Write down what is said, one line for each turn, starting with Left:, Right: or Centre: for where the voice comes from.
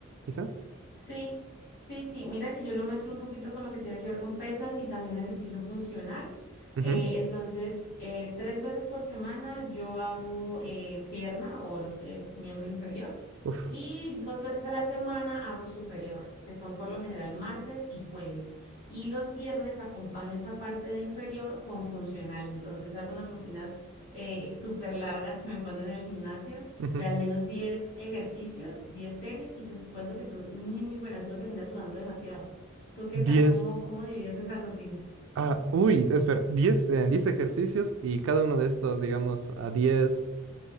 Right: quizá.
Left: Sí, sí, sí. Mira que yo lo mezclo un poquito con lo que tiene que ver con pesas y también ejercicio funcional.
Right: Ujú.
Left: Eh, entonces, eh, tres veces por semana yo hago eh, pierna o lo que es miembro inferior
Right: Uf.
Left: y dos veces a la semana hago superior, que son por lo general martes y jueves. Y los viernes acompaño esa parte de inferior con funcional. Entonces, hago unas rutinas eh, súper largas que me ponen en el gimnasio
Right: ujú.
Left: de al menos 10 ejercicios, 10 series, y te cuento que son muy, muy buenas. Uno termina sudando demasiado. ¿Tú qué
Right: 10.
Left: tal? ¿Cómo, cómo divides esas rutinas?
Right: Ah, uy, espera, 10, eh, 10 ejercicios y cada uno de estos, digamos, a 10